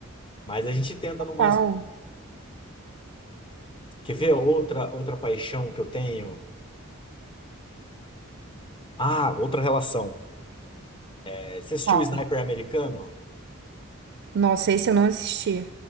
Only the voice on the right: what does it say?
Qual?
Qual?
Nossa, esse eu não assisti.